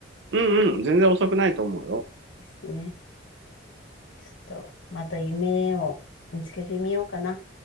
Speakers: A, on the right; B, on the left.
A: うんうん、全然遅くないと思うよ。
B: ですね。ちょっと、また夢を見つけてみようかな。